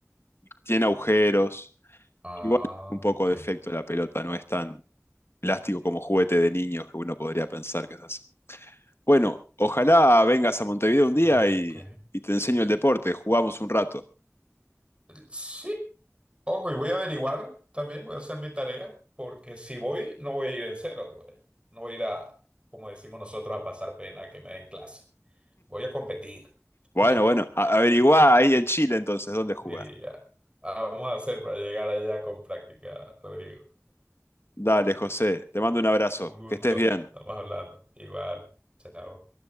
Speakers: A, on the left (about 55°); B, on the right (about 20°).
A: Tiene agujeros.
B: Ah,
A: Igual un poco
B: ok.
A: de efecto la pelota, no es tan plástico como juguete de niños que uno podría pensar que es así. Bueno, ojalá vengas a Montevideo un día
B: Ok.
A: y, y te enseño el deporte, jugamos un rato.
B: Sí, Ojo, y voy a averiguar también, voy a hacer mi tarea, porque si voy, no voy a ir en cero, güey. No voy a ir a, como decimos nosotros, a pasar pena que me den clase. Voy a competir.
A: Bueno,
B: <laughs>
A: bueno, a- averiguá ahí en Chile entonces dónde jugar.
B: Y ah, ah, vamos a hacer para llegar allá con práctica, Rodrigo.
A: Dale, José, te mando un abrazo,
B: Un gusto.
A: que estés bien.
B: Estamos hablando. Igual. Chao.